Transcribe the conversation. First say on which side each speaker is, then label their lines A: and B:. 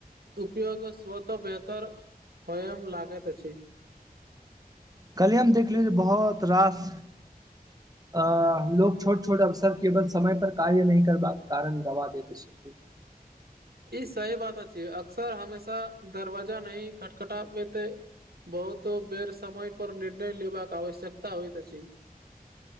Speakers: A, on the right; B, on the right.
A: उपयोग स्वतः बेतर होयम लागैत अछि
B: कहलियै हम देखलियौ जे बहुत रास। अ लोग छोट छोट अवसर केवल समय पर कार्य नै करबाक कारण गवा देत छथि।
A: ई सही बात अछ अक्सर हमेशा दरवाजा नही खटखटा पेते बहुतो बेर समय पर निर्णय लेबाक आवश्यकता होइत अछि।